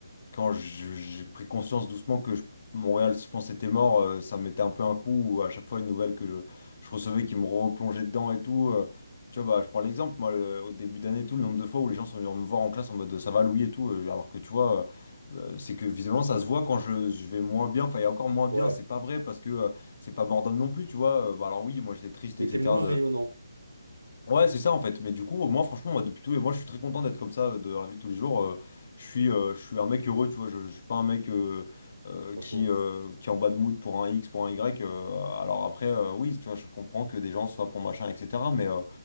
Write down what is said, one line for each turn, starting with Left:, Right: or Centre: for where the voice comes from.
Left: quand je- j'ai pris conscience doucement que je- Montréal, je pense, était mort, euh, ça me mettait un peu un coup, ou à chaque fois une nouvelle que je, je recevais qui me replongeait dedans et tout. euh, tu vois, bah, je prends l'exemple, moi, le- au début d'année, tout le nombre de fois où les gens sont venus me voir en classe en mode ça va Louis et tout, euh, alors que tu vois, euh, euh, c'est que visiblement ça se voit quand je, je vais moins bien, enfin, il y a encore moins bien,
Right: ouais.
Left: c'est pas vrai parce que euh, c'est pas mort d'homme non plus, tu vois. euh, bah, alors oui, moi j'étais triste,
Right: Mais
Left: etc.
Right: t'es moins rayonnant,
Left: Ouais, c'est ça en fait. Mais du coup, moi, franchement, moi, depuis tout, et moi, je suis très content d'être comme ça de la vie de tous les jours. Euh, je suis, euh, je suis un mec heureux, tu vois. Je, je suis pas un mec euh, euh,
Right: franchement.
Left: qui,
Right: ouais.
Left: euh, qui est en bas de mood pour un X, pour un Y. euh, alors après, euh, oui, tu vois, je comprends que des gens soient pour machin, etc. Mais, euh,